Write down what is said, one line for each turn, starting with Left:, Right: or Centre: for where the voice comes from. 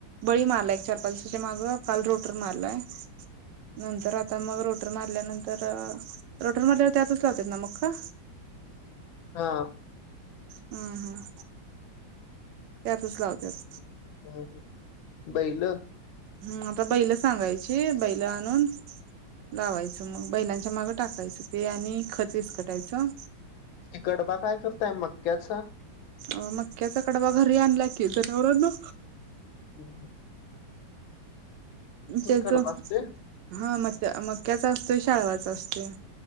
Right: बळी मारला एक चार-पाच दिवसाच्या, माग काल रोटर मारलाय. नंतर आता मग रोटर मारल्यानंतर, रोटर मारल्यावर त्यातच लावतात ना मका?
Left: हा.
Right: हम्-हम्. त्यातच लावत्यात.
Left: हम्, बैल.
Right: हम्, आता बैल सांगायची बैल आणून. लावायचं मग, बैलांच्या मागं टाकायचं ते आणि खत विस्कटायचं.
Left: ती कडबा काय करताय मक्याचा?
Right: अ, मक्याचा कडबा घरी आणला की, जनावरानां
Left: हम <unintelligible>
Right: त्याच
Left: कडबा असतोय
Right: हा म मक्याचा असतोय, शाळवाचा असतोय.